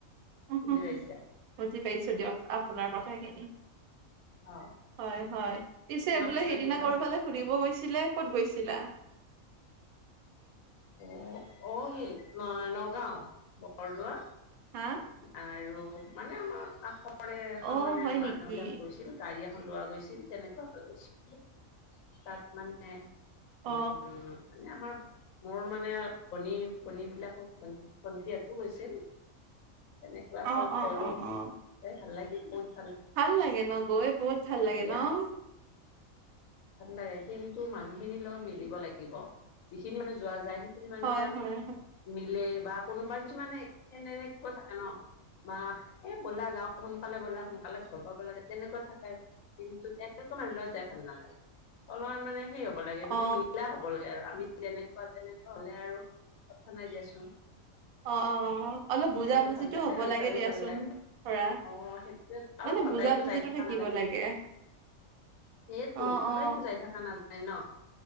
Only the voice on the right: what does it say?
হুহুহু
বুজি পাইছো দিয়ক আপোনাৰ কথাখিনি।
হয়, হয়, পিছে
বোলে সেইদিনা
কৰবালে ফুুলিব গৈছিলে ক'ত গৈছিলা?
হা?
অ
হয়
নেকি
অ
অ অ
অ অ
ভাল লাগে ন' গৈ বহুত ভাল
লাগে ন'।
হয়
হয় হয়
অ
অ', অ', অ' অ '। অলপ
বুজা বুজিটো
হ'ব
লাগে
দিয়াচোন
ধৰা
মানে
বুজা - বুজি
টো
থাকিব লাগে।
অ
অ